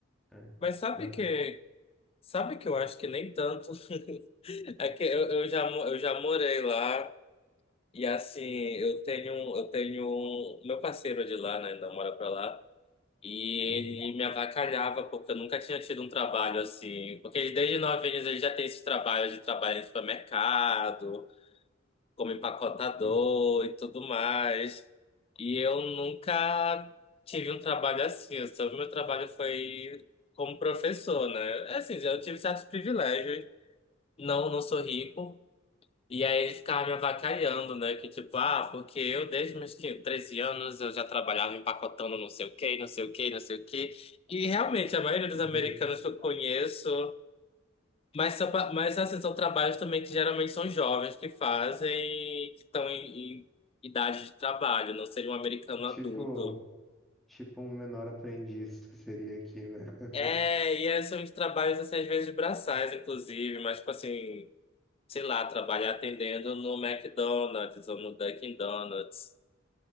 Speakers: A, in the centre; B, on the left (about 30°).
A: é,
B: Mas sabe
A: né?
B: que, sabe que eu acho que nem tanto. <laughs> É que eu, eu já, mo- eu já morei lá. E assim, eu tenho, eu tenho, um- meu parceiro de lá, né, ainda mora pra lá, e
A: Uhum.
B: ele me avacalhava porque eu nunca tinha tido um trabalho assim, porque ele, desde nove anos ele já tem esses trabalhos de trabalhar em supermercado, como empacotador
A: Uhum.
B: e tudo mais, e eu nunca tive um trabalho assim, eu só- meu trabalho foi como professor, né, É, assim, eu tive certos privilégios, não, não sou rico, e aí ele ficava me avacalhando, né? Que tipo, ah, porque eu desde meus 15, 13 anos eu já trabalhava empacotando não sei o quê, não sei o quê, não sei o quê. E realmente, a maioria dos
A: Uhum.
B: americanos que eu conheço, mas, são pa- mas assim, são trabalhos também que geralmente são jovens que fazem, que estão em, em idade de trabalho, não seria um americano
A: É Tipo,
B: adulto.
A: tipo um menor aprendiz que seria aqui, né? <laughs>
B: É, e é, são os trabalhos, assim, às vezes braçais, inclusive, mas tipo assim, sei lá, trabalhar atendendo no McDonald's ou no Dunkin' Donuts.